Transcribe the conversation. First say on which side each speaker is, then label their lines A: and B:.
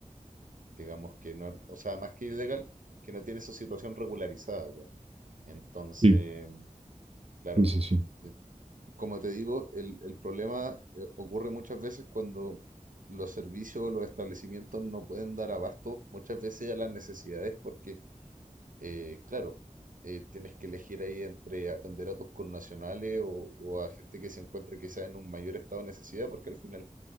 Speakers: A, on the right (about 75°); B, on the right (about 45°).
A: digamos que no, o sea, más que ilegal, que no tiene su situación regularizada acá. Entonces,
B: sí,
A: claro,
B: sí, sí, sí.
A: eh, como te digo, el, el problema eh, ocurre muchas veces cuando los servicios o los establecimientos no pueden dar abasto muchas veces a las necesidades porque, eh, claro, eh, tienes que elegir ahí entre atender a tus connacionales o, o a gente que se encuentra quizás en un mayor estado de necesidad porque al final